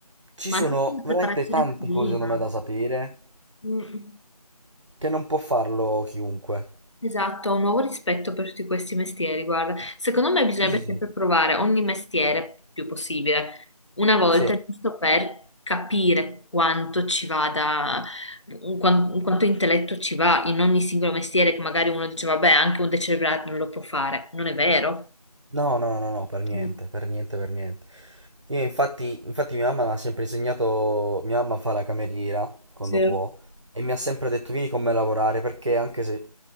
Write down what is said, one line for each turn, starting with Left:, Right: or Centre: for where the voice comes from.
Right: Ci
Left: Ma
Right: sono
Left: anche per la preparazione
Right: veramente tante
Left: prima.
Right: cose, secondo me, da sapere
Left: Mm.
Right: che non può farlo chiunque.
Left: Esatto, un nuovo rispetto per tutti questi mestieri, guarda. Secondo me bisognerebbe
Right: Sì, sì, sì.
Left: sempre provare ogni mestiere più possibile, una volta,
Right: Sì.
Left: giusto per capire quanto ci vada, quan- quanto, intelletto ci va in ogni singolo mestiere, che magari uno dice, vabbè, anche un decerebrato non lo può fare. Non è vero?
Right: No, no, no, no, per niente,
Left: Mm,
Right: per niente, per niente. Io infatti, infatti mia mamma mi ha sempre insegnato, mia mamma fa la cameriera quando
Left: Sì.
Right: può e mi ha sempre detto vieni con me a lavorare perché anche se,